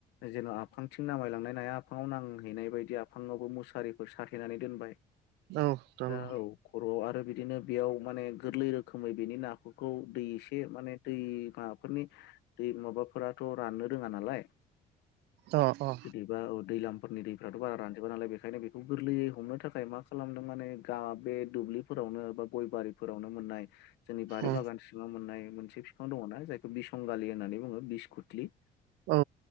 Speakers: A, on the left; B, on the right.
A: जेन' आफांथिं नामायलांनाय नाया आफाङाव नांहैनाय बायदि आफाङावबो मुसारिफोर साथेनानै दोनबाय।
B: औ। दङ
A: दा
B: अ
A: औ खर'आव आरो बिदिनो बेयाव माने गोरलै रोखोमै बेनि ना खौ दै एसे माने दै माफोरनि दै माबाफोराथ' राननो रोङा नालाय।
B: अ अ‌।
A: जदिबाओ दैलामफोरनि दैफ्राथ' बारा रानजोबा नालाय बेखायनो बेखौ गोरलैयै हमनो थाखाय मा मा खालामदों माने गा बे दुब्लिफोरावनो बा गय' बारिफोरावनो मोननाय जोंनि बारि
B: उम
A: बागान सिंआव मोननाय मोनसे बिफां दङना जायखौ बिसंगालि होननानै बुङो बिसकुथ्लि
B: औ